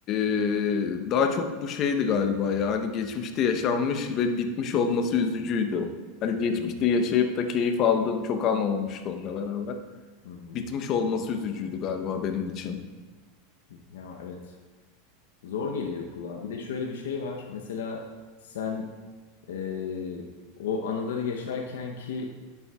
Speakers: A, on the left; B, on the left.
A: e, daha çok bu şeydi galiba ya hani geçmişte yaşanmış ve bitmiş olması üzücüydü. Hani geçmişte
B: Hı
A: yaşayıp da keyif aldığım çok an olmuştu onunla beraber.
B: hı. hı.
A: Bitmiş olması üzücüydü galiba benim için.
B: Ya evet. Zor geliyor kulağa. Bir de şöyle bir şey var. Mesela sen eee, o anıları yaşarken ki